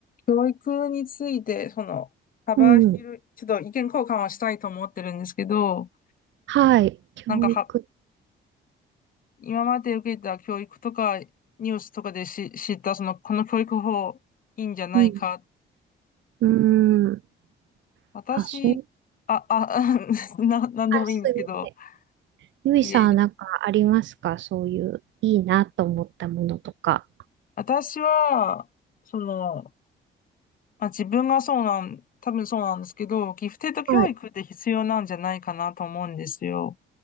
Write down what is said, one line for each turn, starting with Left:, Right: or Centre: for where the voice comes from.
Left: 教育について、その、幅広い、
Right: うん。
Left: ちょっと意見交換をしたいと思ってるんですけど、
Right: はい。教育。
Left: なんかは、今まで受けた教育とか、ニュースとかでし知った、その、この教育法、いいんじゃないか。
Right: うん。うん。
Left: 私、
Right: あ、そう。
Left: あ、あ、<laughs> な、なんでもいいんですけど、
Right: あ、すいません。ゆいさんはなんかありますかそういういいなと思ったものとか。
Left: いえいえ、私は、その、まあ、自分がそうなん、多分そうなんですけど、ギフテッド教育って必要なんじゃないかなと思うんですよ。
Right: はい。